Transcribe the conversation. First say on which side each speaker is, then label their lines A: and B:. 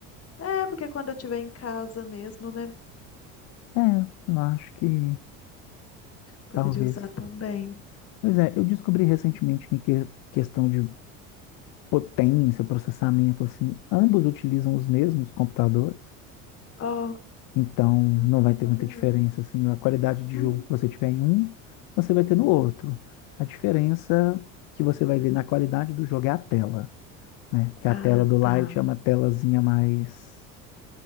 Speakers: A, on the left (about 35°); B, on the left (about 55°).
A: É, porque quando eu estiver em casa mesmo, né?
B: é, eu acho que
A: Poderia
B: talvez.
A: usar também.
B: Pois é, eu descobri recentemente que em que- questão de potência, processamento, assim, ambos utilizam os mesmos computadores,
A: Ó,
B: então
A: ah,
B: não vai ter
A: tá
B: muita
A: bem.
B: diferença, assim, a qualidade de
A: Uhum.
B: jogo que você tiver em um, você vai ter no outro. A diferença que você vai ver na qualidade do jogo é a tela, né? Porque
A: Ah,
B: a tela do Lite
A: tá.
B: é uma telazinha mais